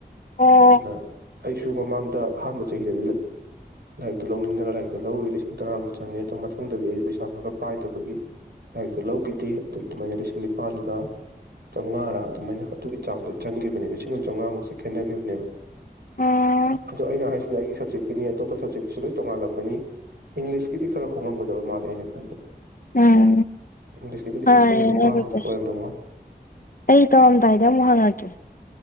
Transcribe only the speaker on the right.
ꯑꯗꯨꯅ ꯑꯩꯁꯨ ꯃꯃꯥꯡꯗ ꯑꯍꯥꯟꯕ ꯆꯍꯤꯗꯗꯤ ꯂꯥꯏꯔꯤꯛꯇꯨ ꯂꯧꯅꯤꯡꯗꯅ ꯂꯥꯏꯔꯤꯛꯇꯨ ꯂꯧꯔꯨꯏ ꯂꯤꯁꯤꯡ ꯇꯔꯥꯃꯨꯛ ꯆꯪꯉꯦ ꯑꯗꯣ ꯃꯊꯪꯗꯗꯤ ꯑꯩ ꯄꯩꯁꯥꯁꯨ ꯈꯔ ꯄꯥꯏꯗꯕꯒꯤ ꯂꯥꯏꯔꯤꯛꯇꯨ ꯂꯧꯈꯤꯗꯦ ꯑꯗꯨ ꯑꯗꯨꯃꯥꯏꯅ ꯂꯤꯁꯤꯡ ꯅꯤꯄꯥꯥꯟꯒ ꯆꯥꯝꯃꯉꯥꯔꯥ ꯑꯗꯨꯃꯥꯏꯅ ꯑꯗꯨꯒꯤ ꯆꯥꯡꯗꯣ ꯆꯪꯒꯤꯈꯤꯕꯅꯤ ꯂꯤꯁꯤꯡ ꯑꯃ ꯆꯥꯝꯉꯥꯃꯨꯛ ꯈꯦꯠꯅꯒꯤꯈꯤꯕꯅꯦꯕ
ꯑꯗꯣ ꯑꯩꯅ ꯍꯥꯏꯁꯦ ꯑꯩꯒꯤ ꯁꯞꯖꯦꯛꯀꯤꯅꯤ ꯑꯇꯣꯞꯄ ꯁꯞꯖꯦꯛꯀꯤꯁꯨ ꯂꯣꯏ ꯇꯣꯉꯥꯜꯂꯝꯒꯅꯤ ꯏꯪꯂꯤꯁꯀꯤꯗꯤ ꯈꯔ ꯍꯣꯡꯉꯝꯒꯗꯕ ꯃꯥꯜꯂꯦ ꯑꯩꯅ ꯈꯟꯕ
ꯏꯪꯂꯤꯁꯀꯤꯗꯤ ꯂꯤꯁꯤꯡ
ꯇꯔꯦꯠ ꯅꯤꯄꯥꯟꯃꯨꯛ
ꯑꯣꯏꯔꯝꯗꯧ ꯃꯥꯜꯂꯦ